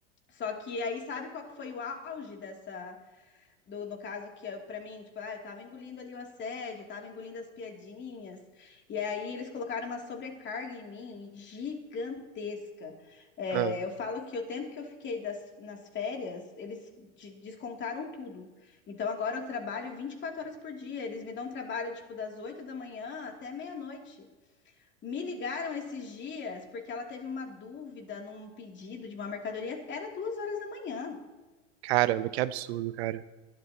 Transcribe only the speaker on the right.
é.
Caramba, que absurdo, cara.